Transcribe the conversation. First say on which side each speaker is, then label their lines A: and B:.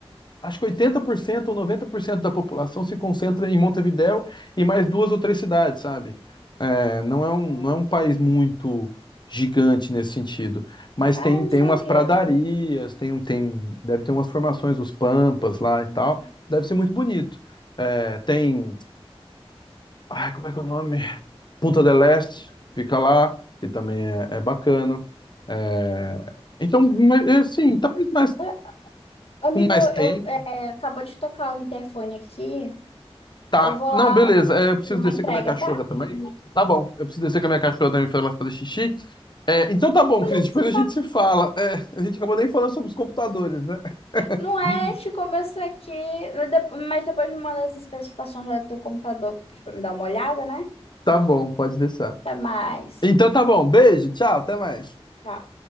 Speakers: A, on the left; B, on the left.
A: acho que 80% ou 90% da população se concentra em Montevidéu e mais duas ou três cidades, sabe? É, não é um,
B: Não.
A: não é um país muito gigante nesse sentido, mas
B: Ah,
A: tem,
B: eu não
A: tem
B: sabia
A: umas pradarias,
B: disso.
A: tem, um tem, deve ter umas formações, os Pampas lá e
B: Uhum.
A: tal, deve ser muito bonito. É, tem, ai, como é que é o nome? Punta del Este, fica lá, que também é, é bacana. É, então, mas, assim, talvez mais,
B: Ah, Amigo,
A: com mais tempo,
B: eu é, acabou de tocar o interfone aqui.
A: Tá.
B: Eu vou lá
A: Não, beleza. É, eu preciso
B: fazer uma
A: descer
B: entrega,
A: com a minha cachorra
B: tá?
A: também. Tá bom. Eu preciso descer com a minha cachorra também pra ela fazer xixi. É, então tá bom,
B: Depois
A: Cris.
B: a gente
A: Depois
B: se
A: a gente se fala. É, a gente acabou nem falando sobre os computadores, né?
B: Não é,
A: <laughs>
B: te começa aqui, mas depo- mas depois me manda as especificações já do teu computador que tu pediu pra me dar uma olhada, né?
A: Tá bom, pode deixar.
B: Até mais.
A: Então tá bom. Beijo, tchau, até mais.
B: Tchau.